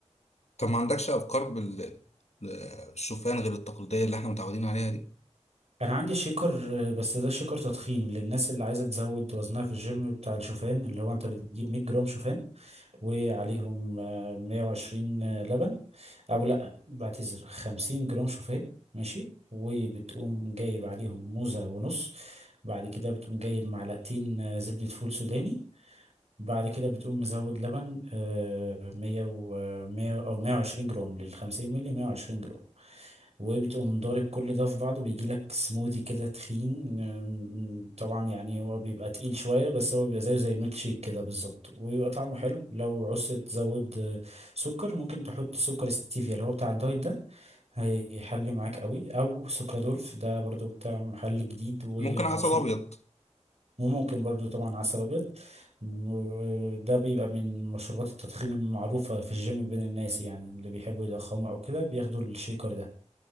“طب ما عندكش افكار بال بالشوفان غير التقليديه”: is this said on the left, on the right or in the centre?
Left